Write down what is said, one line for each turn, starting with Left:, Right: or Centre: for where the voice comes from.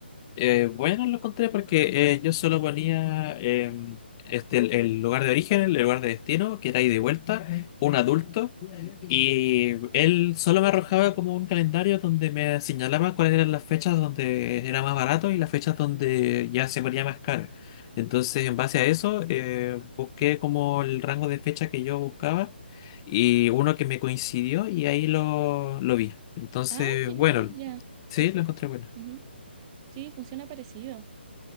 Left: Eh, bueno, lo encontré porque eh, yo solo ponía em, este, el, el lugar de origen, el lugar de destino, que era ahí de vuelta, un adulto, y él solo me arrojaba como un calendario donde me señalaba cuáles eran las fechas donde era más barato y las fechas donde ya se ponía más caro. Entonces, en base a eso, eh, busqué como el rango de fecha que yo buscaba y uno que me coincidió y ahí lo, lo vi. Entonces,
Right: Ah, genial,
Left: bueno,
Right: ya.
Left: sí,
Right: Pues,
Left: lo encontré bueno.
Right: ujú. Sí, funciona parecido.